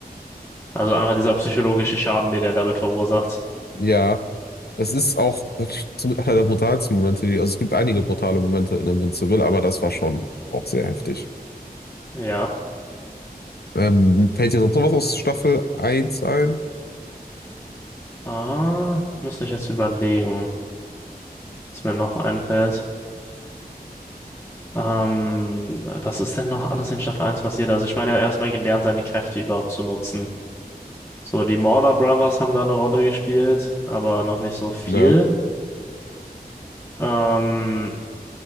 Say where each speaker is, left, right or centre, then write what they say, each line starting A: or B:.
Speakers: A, on the left (about 15°); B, on the left (about 80°).
A: Also einfach dieser psychologische Schaden, den er damit verursacht.
B: ja. Es ist auch wirklich so mit einer der brutalsten Momente, die, also es gibt einige brutale Momente in Invincible, aber das war schon auch sehr heftig.
A: Ja.
B: Ähm, fällt dir sonst noch was aus Staffel eins ein?
A: Ah, müsste ich jetzt überlegen, was mir noch einfällt. Ähm, was ist denn noch anders in Staffel eins passiert? Also ich meine, er hat erstmal gelernt, seine Kräfte überhaupt zu nutzen. So, die Mauler Brothers haben da eine Rolle gespielt, aber noch nicht so viel.
B: Ja.
A: Ähm,